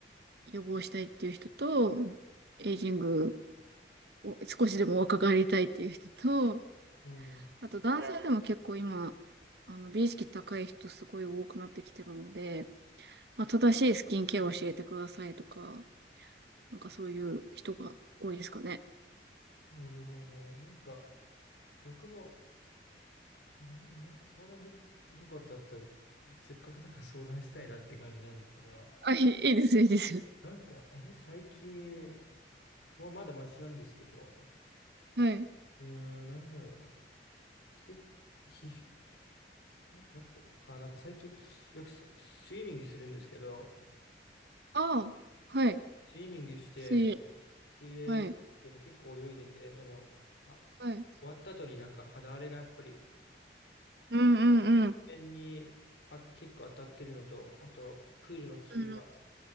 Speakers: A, on the right; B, on the left.
A: 予防したいっていう人と、エイジングを少しでも若返りたいっていう人と、
B: うん。
A: あと男性でも結構今、あの、美意識高い人すごい多くなってきてるので、まあ、正しいスキンケアを教えてくださいとか、なんかそういう人が多いですかね。
B: なるほど。なんか、僕も、な、なんか相談できることあったら、せっかくだから相談したいなって感じなんですけど、
A: あ、いい、いいですよ、いいですよ。
B: なんか、あれ、最近はまだマシなんですけど、
A: はい。
B: うーん、なんだろうな。け、皮膚なんかあった、あ、なんか最近、よくス、スイミングするんですけど、
A: ああ、はい。
B: スイミングして、
A: 水泳。
B: 水泳するんですけど結構泳いでて、
A: はい。
B: でも、あ、
A: はい。
B: 終わった後になんか肌荒れがやっぱり、
A: うんうんうん。
B: 面にあ、結構当たってるのと、あと、プールの薬が
A: うん